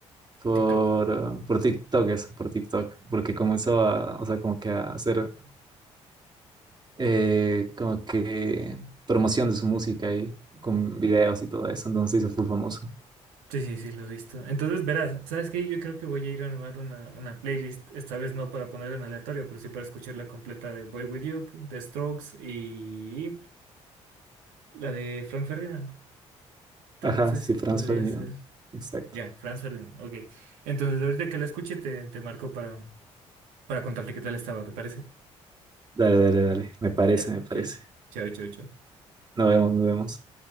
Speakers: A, on the right; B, on the right.
A: Por,
B: TikTok.
A: uh, por TikTok, eso, por TikTok, porque comenzó a, o sea, como que a hacer, eh, como que promoción de su música y con videos y todo eso, entonces se hizo full famoso.
B: Sí, sí, sí, lo he visto. Entonces, verás, ¿sabes qué? Yo creo que voy a ir a armar una, una playlist, esta vez no para ponerla en aleatorio, pero sí para escuchar la completa de Boy With You, de Strokes y la de Frank Ferdinand. Tal
A: Ajá,
B: vez
A: sí, Franz
B: podría
A: Ferdinand,
B: ser.
A: exacto.
B: Ya, Franz Ferdinand, ok. Entonces, ahorita que la escuche, te, te marco para, para contarte qué tal estaba, ¿te parece?
A: Dale, dale, dale, me parece,
B: Ya,
A: me parece.
B: chao, chao, chao. chao.
A: Nos vemos, nos vemos.